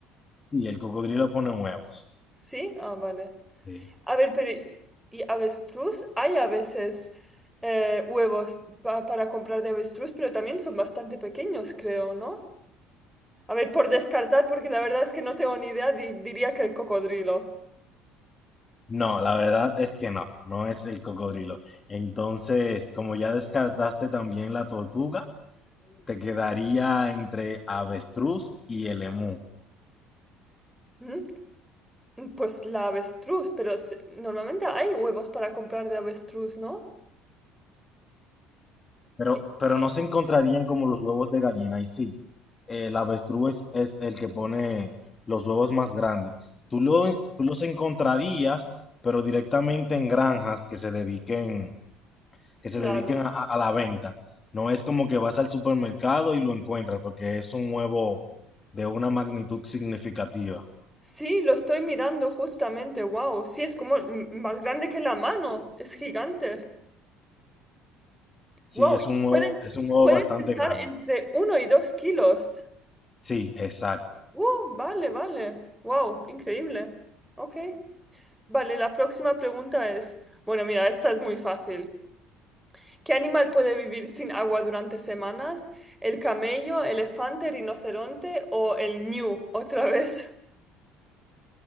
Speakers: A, on the left (about 25°); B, in the centre.
A: Sí, el cocodrilo pone huevos.
B: ¿Sí? Ah, vale.
A: Sí.
B: A ver, pero ¿y y avestruz? Hay a veces eh, huevos pa- para comprar de avestruz, pero también son bastante pequeños, creo, ¿no? A ver, por descartar, porque la verdad es que no tengo ni idea, di- diría que el cocodrilo.
A: No, la verdad es que no, no es el cocodrilo. Entonces, como ya descartaste también la tortuga, te quedaría entre avestruz y el emú.
B: ¿Mm? Pues la avestruz, pero se- normalmente hay huevos para comprar de avestruz, ¿no?
A: Pero,
B: Y-
A: pero no se encontrarían como los huevos de gallina. Y sí, el avestruz es el que pone los huevos más grandes. Tú, lo, tú los encontrarías, pero directamente en granjas que se dediquen, que se
B: claro.
A: dediquen a, a- a la venta. No es como que vas al supermercado y lo encuentras, porque es un huevo de una magnitud significativa.
B: Sí, lo estoy mirando justamente, wow. Sí, es como m- más grande que la mano, es gigante.
A: Sí,
B: Wow,
A: es un huevo,
B: pueden,
A: es un huevo
B: pueden
A: bastante
B: pesar
A: grande.
B: entre uno y dos kilos.
A: Sí, exacto.
B: Wow, vale, vale. Wow, increíble. Ok. Vale, la próxima pregunta es, bueno, mira, esta es muy fácil. ¿Qué animal puede vivir sin agua durante semanas? ¿El camello, elefante, rinoceronte o el ñu? Otra vez.